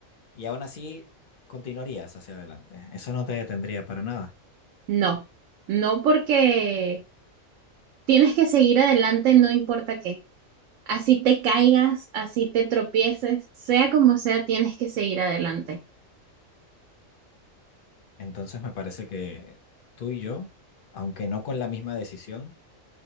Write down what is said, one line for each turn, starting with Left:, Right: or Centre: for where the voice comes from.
Left: y aún así continuarías hacia adelante. Eso no te detendría para nada.
Right: No, no porque tienes que seguir adelante, no importa qué. Así te caigas, así te tropieces, sea como sea, tienes que seguir adelante.
Left: Entonces me parece que tú y yo, aunque no con la misma decisión,